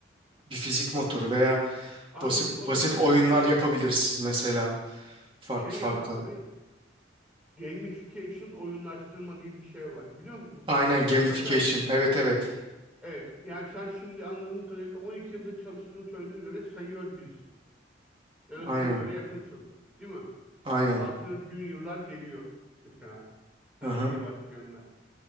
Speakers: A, on the right; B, in the centre.
A: bir fizik motoru veya
B: Anladım.
A: basit
B: O
A: basit
B: zaman
A: oyunlar
B: şey
A: yapabilirsiniz mesela farklı
B: şey
A: farklı.
B: yap abi. Gamification oyunlaştırma diye bir şey var. Biliyor musun? Bu
A: Aynen
B: konseptten
A: gamification.
B: haberdar mısın?
A: Evet evet.
B: Evet. Yani sen şimdi anladığım kadarıyla 12 yılda çalıştığını söylediğine göre senior birisin. Ya da
A: Aynen.
B: senior'e yakınsın. Değil mi?
A: Aynen.
B: Artı juniorlar geliyor mesela. Hani
A: Hı hı.
B: yeni başlayanlar.